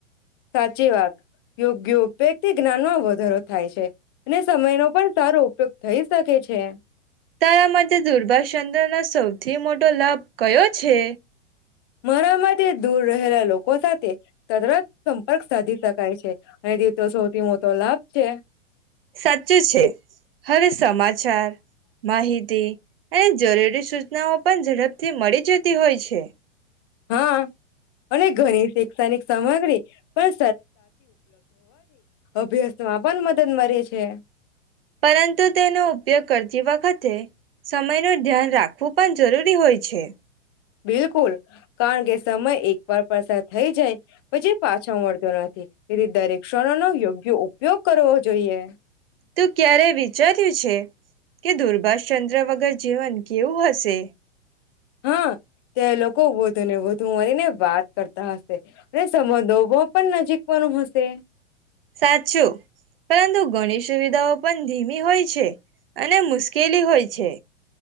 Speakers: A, on the left; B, on the right.
A: સાચી વાત યોગ્યેથી જ્ઞાનમાં વધારો. થાય છે. અને સમયનો પણ સારો ઉપયોગ થઈ શકે છે.
B: તારા માટે દુર્ભાચંદ્રનોો સૌથી મોટો લાભ કયો છે.
A: મારામાં તે દૂર રહેલા લોકો સાથે તદત સંપર્ક સાધી શકાય છે અને તે તો સૌથી મોટો લાભ છે.
B: સાચું છે હવે સમાચાર. માહિતી અને જરૂરી સૂચનાઓ પણ ઝડપથી મળી જતી હોય છે.
A: હા અને ઘણી શૈક્ષણિક સામગ્રી પણ અભ્યાસ માં પણ મદદ મળે છે.
B: પરંતુ તેનો ઉપયોગ કરતી વખતે. સમય ન ધ્યાન રાખવું પણ જરૂરી હોય છે.
A: બિલકુલ કારણ કે સમય એક. પરપરસાર થઈ જાય. પછી પાછા મળતો નથી. એથી દરેક ક્ષણો નો યોગ્ય ઉપયોગ કરવો જોઈએ.
B: તું ક્યારે વિચાર્યું છે કે દુર્ભાષચંદ્ર વગર જીવન કેવું હશે.
A: હા. તે લોકો વધુ ને વધુ મારી ને વાત. કરતા હશે સંંધોભો પણ નજીક વાનું હશે.
B: સાચું પરંતુ ગણી સુવિધાઓ પણ ધીમી હોય. છે. અને મુશ્કેલી હોય છે